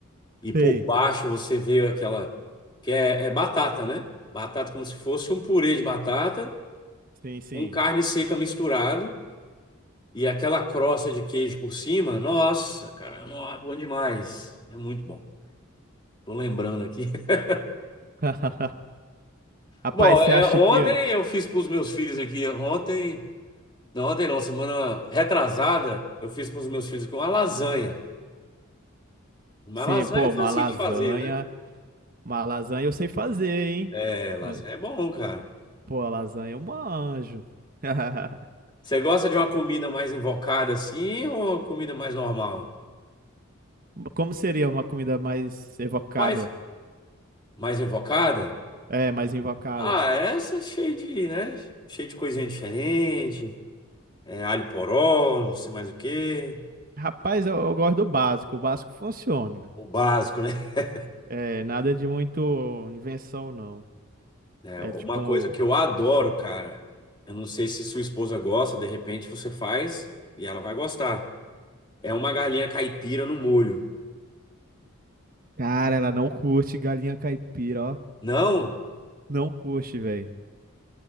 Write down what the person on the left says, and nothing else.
E
por baixo você vê aquela, que é é batata, né? Batata como se fosse um purê de batata.
com carne seca misturado e aquela crosta de queijo por cima. Nossa, cara, nó, é bom demais. É muito bom. Tô lembrando aqui. <laughs>
Bom,
é,
ontem
eu fiz para os meus filhos aqui. Ontem, não, ontem não, semana retrasada, eu fiz para os meus filhos aqui uma lasanha. Uma
lasanha
é facinho
de fazer, né?
É, lasanha
é bom, cara.
Você gosta de uma comida mais invocada assim ou uma comida mais normal?
Mais, mais invocada?
Ah, essa é cheia de, né? Cheia de coisinha diferente. É, alho poró, não sei mais o quê.
O básico, né? <laughs>
É,
uma
coisa que eu adoro, cara. Eu não sei se sua esposa gosta, de repente você faz e ela vai gostar. É uma galinha caipira no molho.
Não,